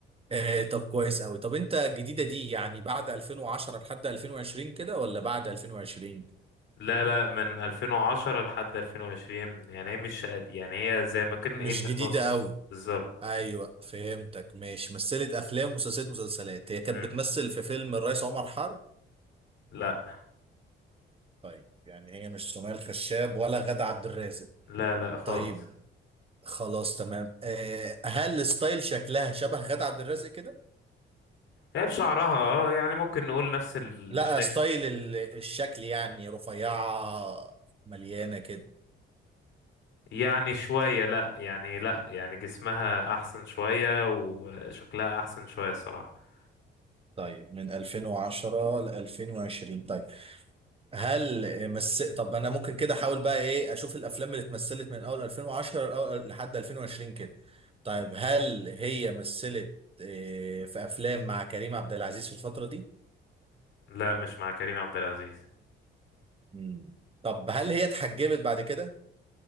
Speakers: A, on the right (about 30°); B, on the left (about 70°).
A: آه، طب كويس قوي طب انت الجديدة دي يعني بعد 2010 لحد 2020 كده ولا بعد 2020
B: لا لا من 2010 لحد 2020 يعني هي مش قد- يعني هي زي ما كان
A: مش
B: ايه في
A: جديدة
B: النص
A: قوي
B: بالظبط
A: ايوه فهمتك ماشي مثلت افلام ومسلسلات مسلسلات هي كانت
B: مم.
A: بتمثل في فيلم الرئيس عمر حرب
B: لا
A: طيب يعني هي مش سمية الخشاب ولا غادة عبد الرازق
B: لا لا خالص
A: طيب خلاص تمام آه، هل ستايل شكلها شبه غادة عبد الرازق كده؟
B: هي بشعرها اه يعني ممكن نقول نفس الشكل
A: لا ستايل ال- الشكل يعني رفيعة مليانة كده
B: يعني شوية لا يعني لا يعني جسمها احسن شوية وشكلها احسن شوية الصراحة
A: طيب من 2010 ل 2020 طيب هل مس طب انا ممكن كده احاول بقى ايه اشوف الافلام اللي اتمثلت من اول 2010 لأول- لحد 2020 كده طيب هل هي مثلت آه، في افلام مع كريم عبد العزيز في الفترة دي؟
B: لا مش مع كريم عبد العزيز
A: مم. طب هل هي اتحجبت بعد كده؟